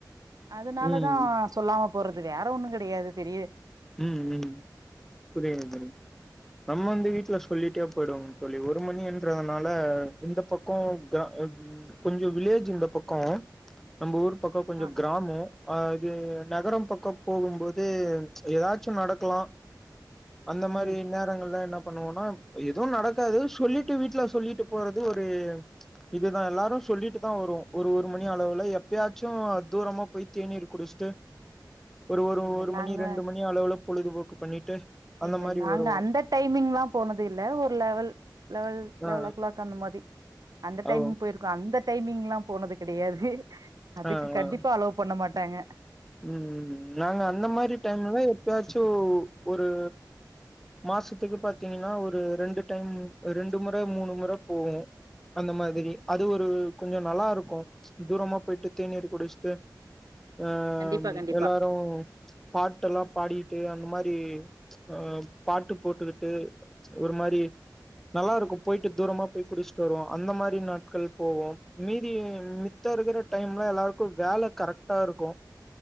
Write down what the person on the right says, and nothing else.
அதனாலதா
சொல்லாம போறதுக்கு வேற ஒன்னுங் கெடையாது பெரி
ஆ
ம்
இல்ல
நாங்க
இல்ல
நாங்க
அந்த டைமிங்லா போனது இல்ல ஒரு லெவல் லெவல் லெவல்
ஓ கிளாக் அந்த மாதிரி அந்த டைம்
போயிருக்கோ அந்த டைமிங்லா போனது கெடையாது அதுக்கு
கண்டிப்பா
அளோ பண்ண மாட் டாங்க
கண்டிப்பா
கண்டிப்பா